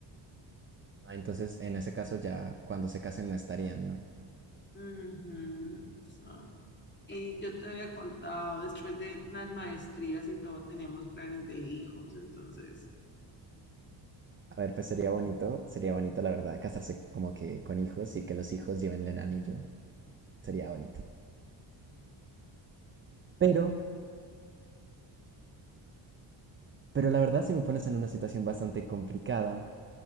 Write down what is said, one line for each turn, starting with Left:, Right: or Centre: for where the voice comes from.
Right: Ah, entonces, en ese caso ya cuando se casen no estarían, ¿no?
Left: Ujú, exacto. Y yo te había contado, después de las maestrías y todo, tenemos planes de hijos, entonces.
Right: A ver, pues sería bonito, sería bonito la verdad casarse como que con hijos y que los hijos lleven el anillo, sería bonito. Pero, pero la verdad si me pones en una situación bastante complicada.